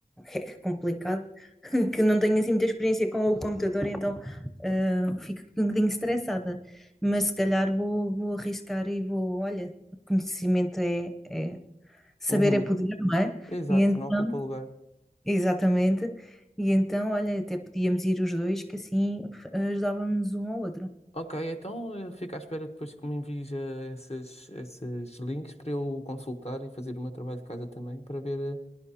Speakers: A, in the centre; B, on the left.
A: é complicado, <laughs> que não tenho assim muita experiência com o computador, então eh, fico um bocadinho estressada. Mas se calhar vou, vou arriscar e vou, olha, conhecimento é, é- saber
B: Uhum.
A: é poder, não é?
B: Exato,
A: E então,
B: não ocupa lugar.
A: exatamente. E então, olha, até podíamos ir os dois, que assim ajudávamos um ao outro.
B: Ok, então eu fico à espera depois que me envies eh, esses, esses links para eu consultar e fazer o meu trabalho de casa também para ver,